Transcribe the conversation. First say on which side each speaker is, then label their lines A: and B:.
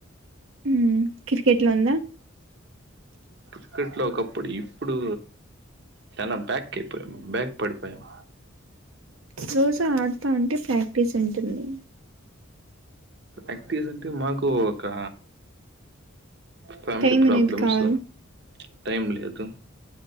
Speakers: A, on the right; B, on the right.
A: మ్మ్ క్రికెట్ లో ఉందా
B: క్రికెట్ లో ఒకప్పుడు ఇప్పుడు చానా బ్యాక్కిఅయిపోయాం బ్యాక్ పడిపోయాం
A: రోజూ ఆడతా ఉంటే ప్రాక్టీస్ ఉంటుంది
B: ప్రాక్టీస్ అంటే మాకు ఒక ఫ్యామిలీ
A: టైం
B: ప్రాబ్లెమ్స్
A: అనేది కావాలి
B: టైమ్ లేదు